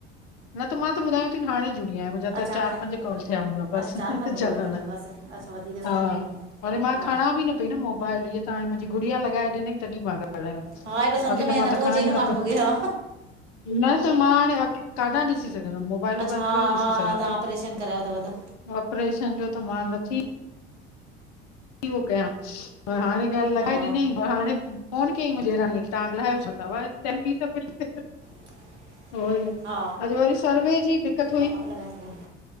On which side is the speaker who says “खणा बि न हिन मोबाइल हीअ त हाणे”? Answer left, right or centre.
Left